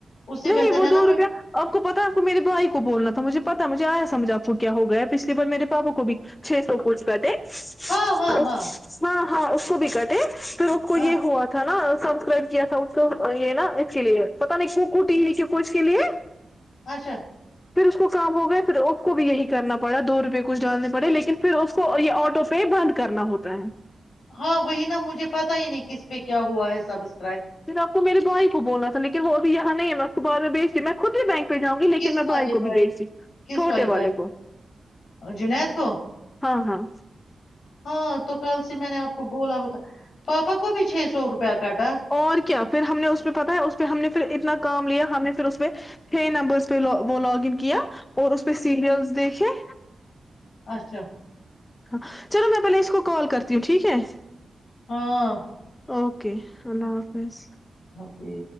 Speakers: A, on the left; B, on the left.
A: اس سے
B: نہیں
A: بہتر
B: وہ
A: ہے نا
B: دو روپیہ
A: وہی
B: آپ کو پتا آپ کو میرے بھائی کو بولنا تھا مجھے پتا مجھے آیا سمجھاپور کیا ہو گیا پچھلی بار میرے پاپا کو بھی چھ سو کچ کاٹے
A: ہاں ہاں
B: اور
A: ہاں
B: ہاں ہاں اس کو بھیک د ہے پھر اس کو
A: ہاں
B: یہ ہوا تھا نا سبسکرائب کیا تھا اس کو یہ نا ایکچولی پتا نہیں کہ وہ کچھ ت ہے کیو پوچ کے لیے
A: اچھا
B: پھر اس کو کام ہو گیا پھر اس کو بھی یہی کرنا پڑا دو روپئے کچھ ڈالنے پڑے لیکن پھر اس کو یہ آٹو پے بند کرنا ہوتا ہے
A: ہاں وہی نا مجھے پتا ہی نہیں کس پہ کیا ہوا ہے سبس
B: پھر آپ کو میرے بھائی کو بولنا تھا لیکن وہ ا بھی یہاں نہیں بیچ میں خودتی بھی بینک جاؤں گی لیکن
A: کس
B: میں
A: والے
B: بھائی کو بھی بھی س
A: کس
B: چھوٹے والے
A: بھائی
B: کو
A: جنید کو
B: ہاں ہاں
A: ہاں تو کل سے میں نے آپ کو بولا ہوتا پاپا کو بھی چھ سو روپیہ کاٹا
B: اور کیا پھر ہم نے اس پہ پتاہ ہے اس پہ ہم نے پھر اتنا کام لیا ہمیں پھر اس پ نمبر پہ وہ لاگ کیا اور اس پہ سیریلس دیکھے
A: اچھا
B: ہاں چلو میں پہلے اس کو کال کرتی ہوں ٹھیک ہے
A: ہاں
B: اوکے اللہ حافظ
A: ہی